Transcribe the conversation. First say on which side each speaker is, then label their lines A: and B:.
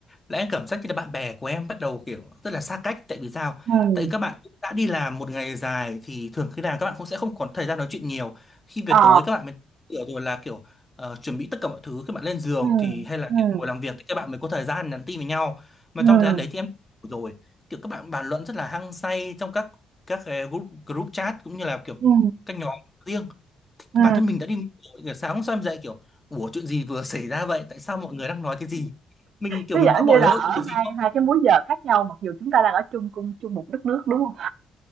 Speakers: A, on the left; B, on the right.
A: là em cảm giác như là bạn bè của em bắt đầu kiểu rất là xa cách tại vì sao?
B: ừ
A: Tại vì các bạn cũng đã đi làm một ngày dài thì thường khi nào các bạn cũng sẽ không còn thời gian nói chuyện nhiều. Khi về
B: ờ
A: tối các bạn mới kiểu rồi là kiểu ờ, chuẩn bị tất cả mọi thứ các bạn lên giường
B: ừ
A: thì hay là
B: ừ
A: kiểu ngồi làm việc thì các bạn mới có thời gian nhắn tin với nhau. Mà
B: ừ
A: trong thời gian đấy thì em ngủ rồi, kiểu các bạn bàn luận rất là hăng say trong các các cái group, group chat cũng như là kiểu
B: ừ
A: các nhóm riêng
B: ừ
A: bản thân mình đã đi ngủ kiểu sáng hôm sau em dậy kiểu ủa chuyện gì vừa xảy ra vậy tại sao mọi người đang nói cái gì mình kiểu
B: cứ
A: mình
B: giả
A: đã bỏ
B: như
A: lỡ
B: là ở
A: cái điều gì
B: hai
A: không
B: hai cái múi giờ khác nhau mặc dù chúng ta đang ở chung cùng chung một đất nước đúng không